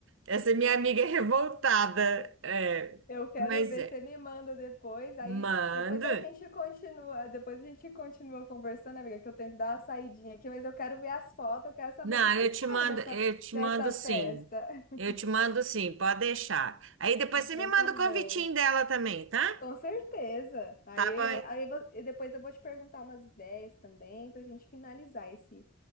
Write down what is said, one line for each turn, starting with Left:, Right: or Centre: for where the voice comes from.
Right: essa é minha amiga é revoltada. É,
Left: eu quero
Right: mas
Left: ver,
Right: é.
Left: você me manda depois, aí
Right: Mando.
Left: depois a gente continua, depois a gente continua conversando, amiga, que eu tenho que dar uma saidinha aqui, mas eu quero ver as fotos, eu quero saber
Right: Não,
Left: dessa
Right: eu
Left: história
Right: te mando,
Left: dessa,
Right: eu te
Left: dessa
Right: mando sim.
Left: festa.
Right: Eu
Left: <laughs>
Right: te mando sim, pode deixar. Aí depois
Left: Então
Right: você me manda
Left: tá
Right: o
Left: bom.
Right: convitinho dela também, tá?
Left: Com certeza. Aí,
Right: Tá bom,
Left: eu- aí, vo- e depois eu vou te perguntar umas ideias também pra gente finalizar esse,